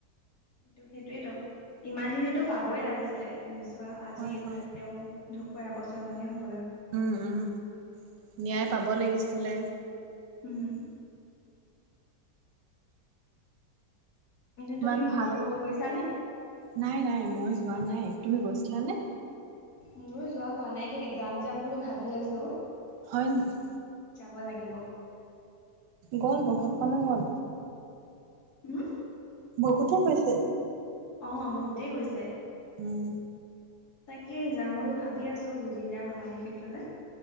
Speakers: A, on the left; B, on the right.
A: কিন্তু সেইটোয়েতো ইমান দিনেতো পাবই লাগিছিলে তুমি চোৱা আজি
B: হয় হয়
A: তেওঁ ঢোকুৱা এবছৰ মানে হ'ব
B: উম উম ন্যায় পাব লাগিছিলে
A: উম এনে
B: ইমান
A: তুমি সোণাপুৰ
B: ভাল আছি
A: গৈছানে?
B: নাই নাই মই যোৱা নাই তুমি গৈছিলানে
A: মোৰো যোৱা হোৱা নাই দেই যাম যাম বুলি ভাবি আছো
B: হয় নেকি
A: যাব লাগিব।
B: গ'ল বহুত অনু গল
A: হম
B: বহুতে কৈছে
A: অ বহুতেই গৈছে
B: উম
A: তাকেই যাম বুলি ভাবি আছো জুবিন দাৰ সমাধি ক্ষেত্ৰলৈ